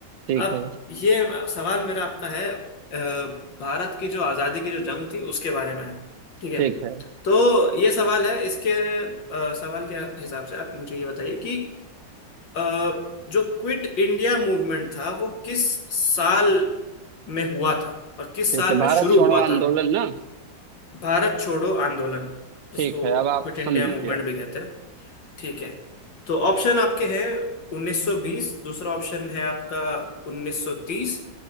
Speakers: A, on the right; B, on the left.
A: ठीक
B: अब
A: है
B: ये सवाल मेरा आपका है अ, भारत की जो आज़ादी की जो जंग थी उसके बारे में है ठीक है
A: ठीक है
B: तो ये सवाल है इसके अ, सवाल के हिसाब से आप मुझे ये बताइए कि अ, जो क्विट इंडिया मूवमेंट था वो किस साल में हुआ था और किस
A: ठीक
B: साल
A: है भारत
B: में शुरू
A: छोड़ो
B: हुआ
A: आंदोलन
B: था
A: ना
B: भारत छोड़ो आंदोलन जिसको
A: ठीक है अब आप
B: क्विट इंडिया
A: सुन लीजिए
B: मूवमेंट
A: आप
B: भी कहते हैं ठीक है तो ऑप्शन आपके हैं 1920 दूसरा ऑप्शन है आपका 1930